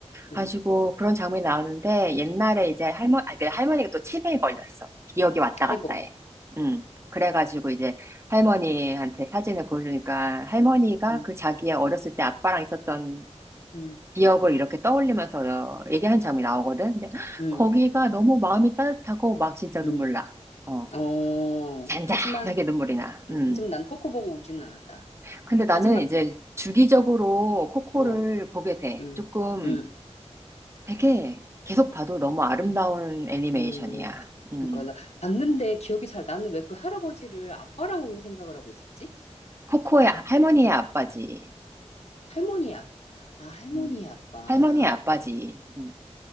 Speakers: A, on the left; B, on the right.
A: 응.
B: 가지고 그런 장면이 나오는데 옛날에 이제 할머, 아, 그 할머니가 또 치매에 걸렸어. 기억이 왔다 갔다
A: 아이고.
B: 해. 음. 그래가지고 이제 할머니한테 사진을 보여주니까 할머니가
A: 응.
B: 그 자기의 어렸을 때 아빠랑 있었던
A: 응.
B: 기억을 이렇게 떠올리면서 얘기한 장면이 나오거든. 근데
A: 응.
B: 거기가 너무 마음이 따뜻하고 막 진짜
A: 응.
B: 눈물 나. 어,
A: 어.
B: 잔잔하게
A: 하지만
B: 눈물이 나. 음.
A: 어, 하지만 난 코코 보고 울지는 않았다.
B: 근데 나는
A: 하지만
B: 이제 주기적으로 코코를
A: 어,
B: 보게 돼.
A: 음,
B: 조금
A: 음,
B: 되게 계속 봐도 너무 아름다운 애니메이션이야.
A: 음.
B: 음.
A: 그러니까 나 봤는데 기억이 잘 나는 왜 그 할아버지를 아빠라고 생각을 하고 있었지?
B: 코코의 할머니의 아빠지.
A: 할머니의 아빠. 아, 할머니의
B: 음.
A: 아빠.
B: 할머니의 아빠지. 음.